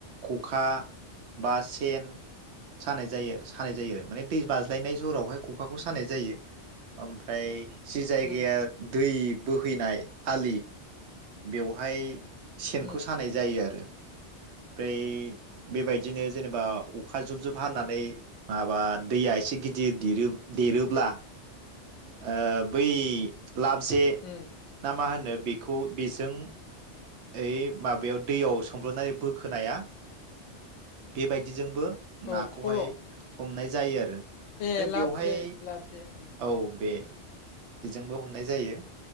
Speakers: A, on the right; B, on the left.
A: खखा बा सेन सानाय जायो सानाय जायो। माने दै बाज्लायनाय जरावहाय खखाखौ सानाय जायो ओमफ्राय। जि जायगाया
B: उम
A: दै बो फैनाय आलि बेवहाय सेनखौ
B: उम
A: सानाय जायो आरो। ओमफ्राय बेबायदिनो जेनेबा अखा जुब जुब हानानै माबा दैया एसे गिदिर देरो देरोब्ला ओ बै लाबजे
B: उम
A: ना मा होनो बे खौ बेजों ओइ माबायाव दैयाव सोमब्रबनानै बोखोनाया बेबायदिजोंबो
B: औ
A: नाखौ
B: फल'
A: हाय हमनाय जायो आरो। ओमफ्राय
B: ए लाब
A: बेवहाय
B: जे लाबजे उम।
A: औ बे बेजोंबो हमनाय जायो